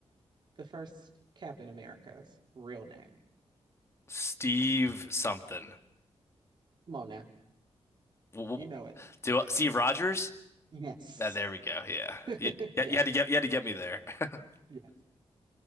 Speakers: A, on the right; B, on the left.
A: the first Captain America's real name?
B: Steve something.
A: Come on now.
B: W- w-
A: You know it.
B: Do Steve Rogers?
A: Yes.
B: Yeah, there we go. Yeah.
A: <laughs>
B: You,
A: Yes.
B: you had to get you had to get me there. <laughs>
A: Yes.